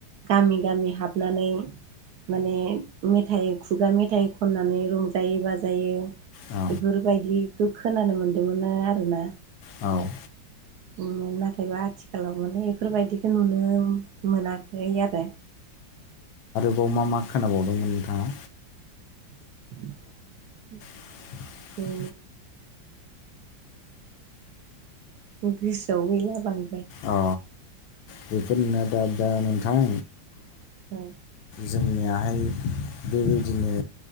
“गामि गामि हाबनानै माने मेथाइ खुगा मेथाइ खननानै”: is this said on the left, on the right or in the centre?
Right